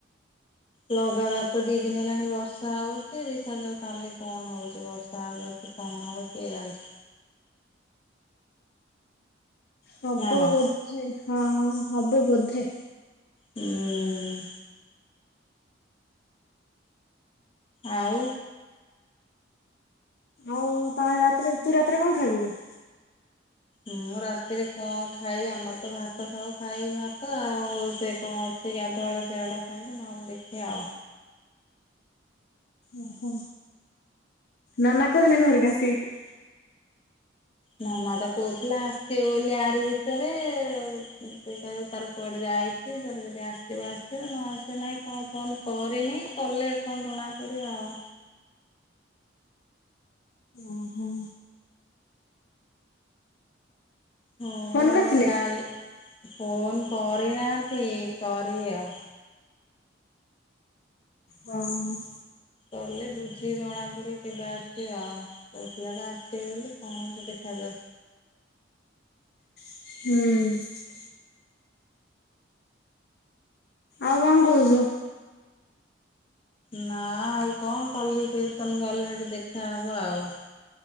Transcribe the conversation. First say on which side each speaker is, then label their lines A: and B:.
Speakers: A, on the left; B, on the left.
A: ଲଗାତାର ତ ଦି ଦିନ ହେଲାଣି ବର୍ଷା ହଉଛି ଦେଖାଯାଉ କାଲି କଣ ହଉଛି ବର୍ଷା ବର୍ଷା ହେବା କି କଣ ହବ, କିଏ ଜାଣିଛି?
B: ହବ
A: ନା କଣ
B: ବୋଧେ ହଁ ହବ ବୋଧେ।
A: ହୁଁ। ହଁ। ଆଉ।
B: ଆଉ ତମେ ତୁ ରାତିରେ କଣ ଖାଇବୁ କି?
A: ମୁଁ ରାତିରେ କଣ ଖାଇବି ଆମର ତ ଭାତ ଖାଉ ଖାଇବି ଭାତ ଆଉ। ସେ କଣ ସେଇ ଗାଧୁଆ ବେଳେ ସେଗୁଡ଼ା ଖାଇଚୁ ନହେଲେ ଦେଖି ଆଉ।
B: ଓହୋ ନନା କୋଉଦିନ ଘରକୁ ଆସିବେ?
A: ନା ମା ତାକୁ କହୁଥିଲା ଆସିବେ ବୋଲି ଆରି ଭିତରେ ଦେଖିଲା ବେଳକୁ ତାର କୁଆଡେ ଯାଇ ଛି, ତାର ଯଦି ଆସିବ ଆସିବ ନ ଆସିବ ନାହିଁ କଣ ଫୋନ୍ କରିନି କଲେ କଣ ଜଣାପଡ଼ିବ ଆଉ।
B: ଓହୋ।
A: ହଉ
B: ଫୋନ
A: ଆଉ
B: କରିଥିଲେ?
A: କାଲି ଫୋନ କରିନାହାନ୍ତି କରିବି ଆଉ।
B: ହଁ ହଁ।
A: କଲେ ବୁଝି ଜଣାପଡ଼ିବ କେବେ ଆସିବେ ଆଉ। କହୁଥିଲା ତ ଆସିବେ ବୋଲି କଣ ହଉଛି ଦେଖାଯାଉ।
B: ହୁଁ। ଆଉ କଣ କହୁଛୁ?
A: ନା ଆଉ କଣ କଲି ଟିୟୁସନ୍ ଗଲି ସେଠି ଦେଖାହବ ଆଉ।